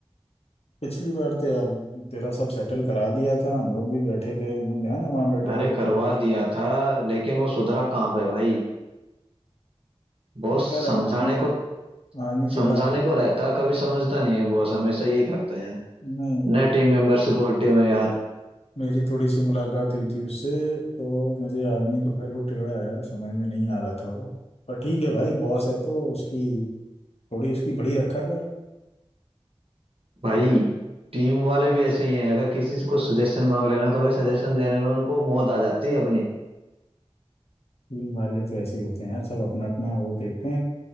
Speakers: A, on the left; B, on the right.
A: पिछली बार तो यार तेरा सब सेटल करा दिया था हम लोग भी बैठे थे ध्यान है ना वहाँ बैठे
B: अरे
A: थे होटल
B: करवा
A: में शाम
B: दिया
A: को
B: था लेकिन वो सुधरा कहाँ पे भाई बॉस
A: वो कह रहा
B: समझाने
A: है, आदमी
B: को
A: आदमी
B: समझाने
A: टेढ़ा है
B: को रहता कभी समझता नहीं है बॉस हमेशा यही करता है यार
A: नहीं वो
B: न टीम मेंबर सपोर्टिव है यार
A: मेरी थोड़ी सी मुलाकात हुई थी उससे तो मुझे आदमी तो खैर वो टेढ़ा है समझ में नहीं आ रहा था वो पर ठीक है भाई बॉस है तो उसकी थोड़ी उसकी बड़ी रखा कर
B: भाई टीम वाले भी ऐसे ही हैं अगर किसी से कुछ सजेशन मांग लेना तो भाई सजेशन देने में उनको मौत आ जाती है अपनी
A: टीम वाले तो ऐसे ही होते हैं यार सब अपना अपना वो देखते हैं